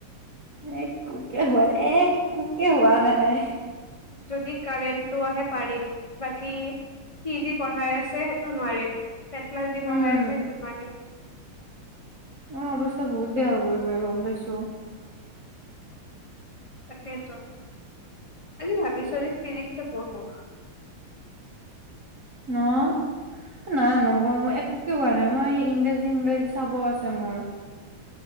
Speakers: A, on the right; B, on the left.
A: এক কোকে হোৱা নাই এক কোকেহোৱা নাই
B: যদি কাৰেণ্টটো আহে পাৰিম বাকী সি যি পঢ়াই আছে সেইটো নোৱাৰিম পেটলা যি
A: উম
B: পঢ়াই আছে সেই ত মাৰ
A: অ অৱস্থা বহুত বেয়া হব এইবাৰ গম পাইছো
B: তাকেতো আজি ভাবিছো চল্লিশ তিশচে <inaudible>
A: ন নাই নম্বৰ মই এক একোকে হোৱা নাই মই ইংৰাজী সিংৰাজী চাব আছে মোৰ